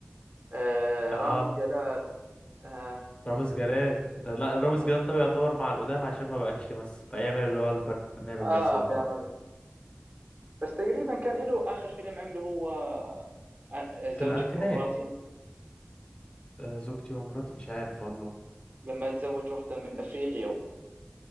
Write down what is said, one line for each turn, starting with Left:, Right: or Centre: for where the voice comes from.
Right: آه،
Left: اه
Right: رامز جلال آه،
Left: رامز جلال ده لا
Right: مين كمان
Left: رامز جلال ده يعتبر مع القدام عشان ما بقاش يمثل فيعمل اللي هو البرنامج
Right: اه
Left: بس وخلاص
Right: بيعمل بس تقريبا كان له اخر فيلم عمله هو آه، زوجتي
Left: في الألفينات
Right: ومراتي
Left: آه زوجتي ومراتي مش عارف والله
Right: لما تزوج واحده من افريقيا و...